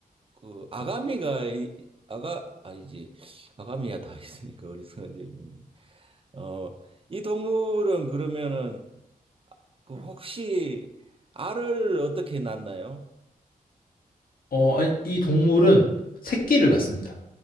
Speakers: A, on the right (about 40°); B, on the left (about 75°).
A: 그 아가미가 이- 아가 아니지 아가미야 다 있으니까 어리석은 질문이 어, 이 동물은 그러면은 그 혹시 알을 어떻게 낳나요?
B: 어, 아니, 이 동물은 새끼를 낳습니다.